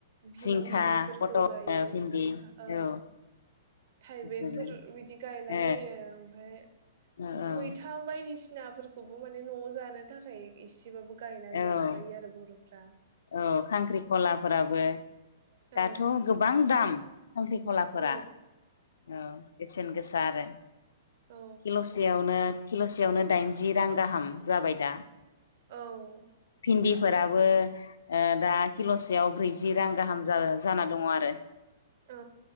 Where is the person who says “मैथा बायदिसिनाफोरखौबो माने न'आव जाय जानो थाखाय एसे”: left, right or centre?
Right